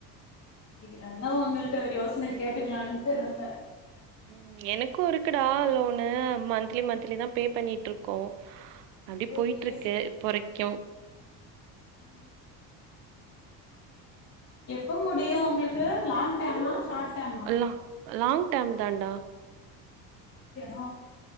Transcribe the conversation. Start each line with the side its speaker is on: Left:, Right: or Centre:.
Left: இது ஏன்னா உங்கள்ட்ட ஒரு யோசனை கேட்டுக்கலான்ட்டு இருந்த
Right: ம் எனக்கும் இருக்குடா லோனு மந்த்தலி மந்தத்லி தான் பே பண்ணி ட்டு இருக்கோம் அப்டி
Left: ஓகே
Right: போயிட்டு இருக்கு பொறைக்கும்
Left: ம் எப்ப முடியும் உங்களுக்கு லாங் டேமா ஷார்ட் டேமா
Right: லா லாங் ட்டேம் தான்டா
Left: <unintelligible>